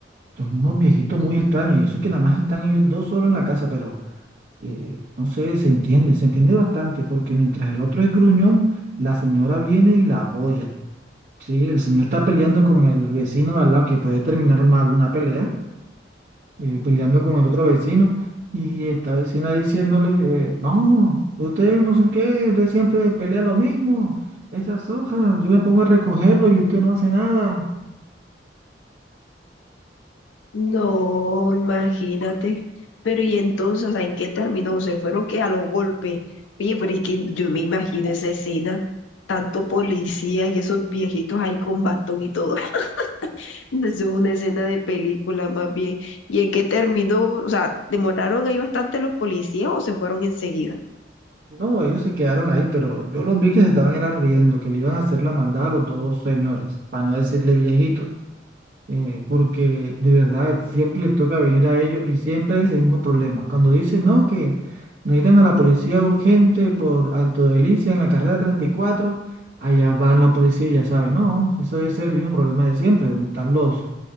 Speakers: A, on the right; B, on the left.
A: Son unos viejitos muy extraños y eso que nada más están ellos dos solos en la casa, pero eh, no sé, se entiende, se entiende bastante, porque mientras el otro es gruñón, la señora viene y la apoya. Sí, el señor está peleando con el vecino de al lado, que puede terminar mal una pelea, eh, peleando con el otro vecino, y esta vecina diciéndole, eh, no, usted no sé qué, usted siempre pelea lo mismo, esas hojas, yo me pongo a recogerlo y usted no hace nada.
B: No, imagínate. Pero y entonces, o sea, ¿en qué terminó? Se fueron que a los golpes. Oye, pero es que yo me imagino esa escena, tanto policía y esos viejitos ahí con bastón y todo. <laughs> Eso es una escena de película más bien. ¿Y en qué terminó? O sea, ¿demoraron ahí bastante los policías o se fueron enseguida?
A: No, ellos se quedaron ahí, pero yo los vi que se estaban era riendo, que le iban a hacer la maldad a los dos señores, para no decirle viejitos. eh, porque de verdad siempre les toca venir a ellos y siempre es el mismo problema. Cuando dicen no, que necesitan a la policía urgente por Alto Delicia en la carrera treinta y cuatro allá van la policía y ya saben, no, eso debe ser el mismo problema de siempre, donde están los,